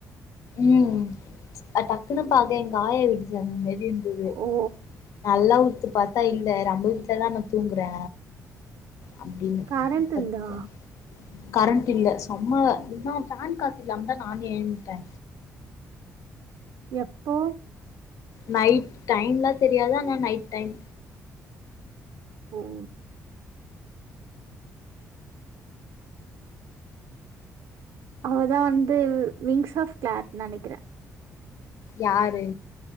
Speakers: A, on the left (about 70°); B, on the right (about 70°).
A: ம் டக்குனுு பாக்க எங்க காய விட்டுலருந்தா மாரி இருந்தது
B: ஓ
A: நல்லா உத்து பாத்தா இல்ல நம்ப வீட்டுலதா நா தூங்குறே அப்படின்னு
B: கரண்ட்
A: பத்துக்க
B: இருந்தா
A: கரண்ட் இல்ல செம்ம இல்லா பேன் காத்து இல்லாம தான் நானு ஏந்துட்டே
B: எப்போ
A: நைட் டைம் எலாம் தெரியாது ஆனா நைட் டைம்
B: ம் அவதா வந்து விங்ஸ் ஆப் கிளாட்னு நினைக்கிறே
A: யாரு